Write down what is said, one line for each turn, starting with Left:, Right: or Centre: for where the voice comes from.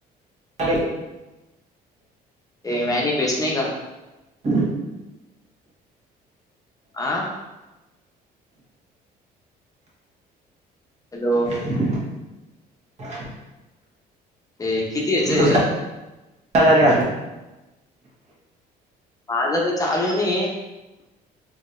Right: झाले
Left: ते मॅ नाही बेच नाही का
Right: ह
Left: आं ओ
Right: <inaudible>
Left: हे किती यायचंय
Right: तू
Left: अरे
Right: झाले
Left: माझं का चालू नाही